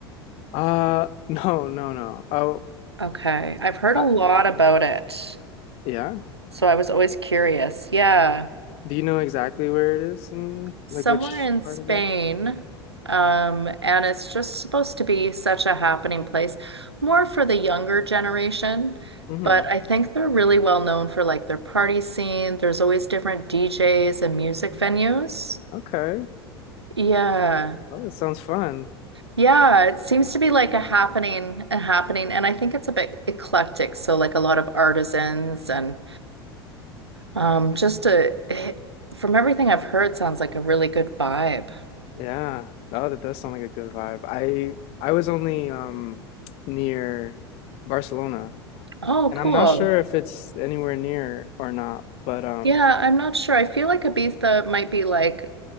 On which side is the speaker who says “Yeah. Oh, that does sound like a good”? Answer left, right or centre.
Left